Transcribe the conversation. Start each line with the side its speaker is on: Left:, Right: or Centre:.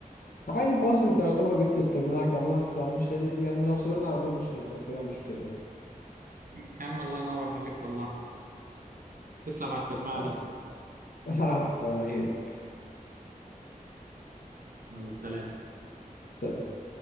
Left: عادي خلاص انت يعتبر جبت التجميعة كاملة فمش هت... يعني لو صبرنا على دول مش هيبقى فيها مشكلة
Right: يا عم الله ينور عليك والله تسلم على التجميع
Left: اه
Right: دي
Left: <laughs> العفو عليك
Right: يلا سلام
Left: تمام